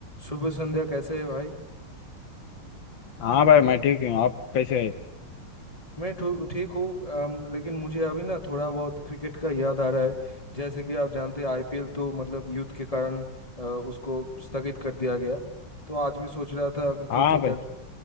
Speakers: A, on the left; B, on the left.
A: शुभ संध्या कैसे है भाई
B: हाँ भाई मैं ठीक हूँ आप कैसे हैं
A: मैं ठू- ठीक हूँ अम, लेकिन मुझे अभी ना थोड़ा बहुत क्रिकेट का याद आ रहा है जैसे कि आप जानते हैं आईपीएल तो मतलब यूथ के कारण अ, उसको स्थगित कर दिया गया तो आज मैं सोच रहा था कि
B: हाँ
A: कुछ अगर
B: भाई